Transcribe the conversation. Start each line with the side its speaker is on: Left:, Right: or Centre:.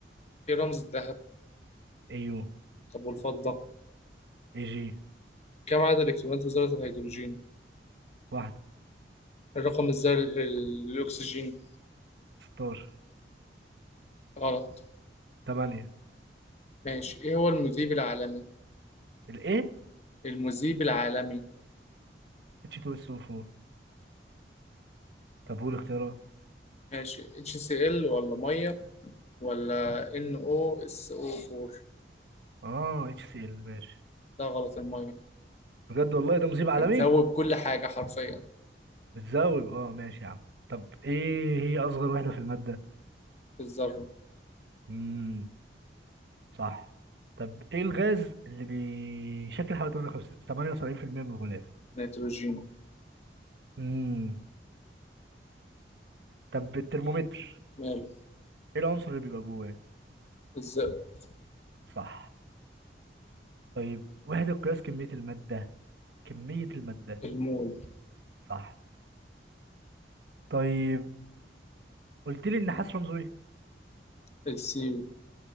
Left: ايه رمز الذهب؟
Right: يو
Left: طب والفضة؟
Right: اي جي
Left: كم عدد الالكترونات في ذرة الهيدروجين؟
Right: واحدة
Left: الرقم الذري ال- الاكسجين
Right: 16
Left: غلط
Right: 8
Left: ماشي ايه هو المذيب العالمي؟
Right: الايه
Left: المذيب العالمي
Right: اتش 2 اس 4 طب قول اختيارات
Left: ماشي اتش سي ال ولا ميه ولا ان او اس او 4
Right: اه اتش سي ال ماشي
Left: ده غلط الميه
Right: بجد والله ده مذيب عالمي
Left: بتذوب كل حاجه حرفيا
Right: بتذوب اه ماشي يا عم طب ايه هي اصغر وحدة في المادة
Left: الذره
Right: امم صح طب ايه الغاز اللي بيشكل حوالي 58 78% من الغلاف
Left: نيتروجين
Right: امم طب الترمومتر
Left: ماله
Right: ايه العنصر اللي بيبقى جواه
Left: الزئبق
Right: صح طيب وحدة قياس كمية المادة كمية المادة
Left: المول
Right: صح طيب قلت لي النحاس رمزه ايه
Left: السيو